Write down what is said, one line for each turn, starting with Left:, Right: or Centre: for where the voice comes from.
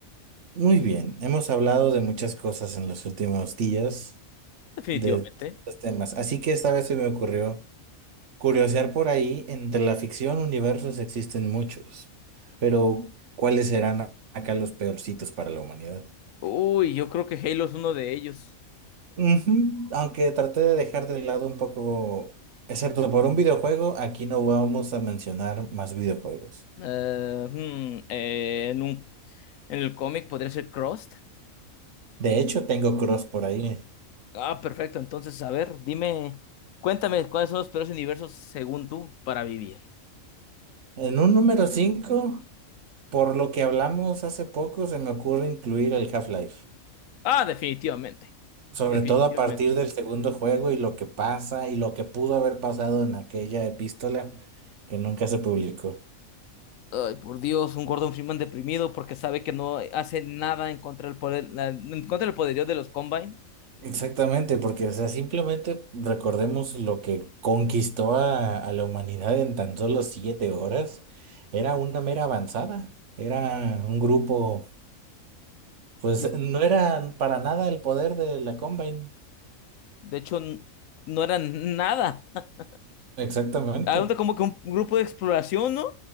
Right: Muy bien, hemos hablado de muchas cosas en los últimos días,
Left: Definitivamente.
Right: de estos temas, así que esta vez se me ocurrió curiosear por ahí, entre la ficción, universos existen muchos, pero ¿cuáles serán acá los peorcitos para la humanidad?
Left: Uy, yo creo que Halo es uno de ellos.
Right: Ujú, Aunque traté de dejar de lado un poco, excepto por un videojuego, aquí no vamos a mencionar más videojuegos.
Left: Eh, hmm, eh, en un, en el cómic podría ser Crossed.
Right: De hecho, tengo Cross por ahí.
Left: Ah, perfecto. Entonces, a ver, dime, cuéntame cuáles son los peores universos según tú para vivir.
Right: En un número 5 por lo que hablamos hace poco, se me ocurre incluir el Half-Life.
Left: Ah, definitivamente.
Right: Sobre
Left: Definitivamente.
Right: todo a partir del segundo juego y lo que pasa y lo que pudo haber pasado en aquella epístola que nunca se publicó.
Left: Ay, por Dios, un Gordon Freeman deprimido porque sabe que no hace nada en contra del poder, la- en contra del poderío de los Combine.
Right: Exactamente, porque, o sea, simplemente recordemos lo que conquistó a, a la humanidad en tan solo siete horas. Era una mera avanzada, era un grupo, pues
Left: Y,
Right: no era para nada el poder de la Combine.
Left: De hecho, n- no eran nada. <laughs>
Right: Exactamente.
Left: Era como que un grupo de exploración, ¿no?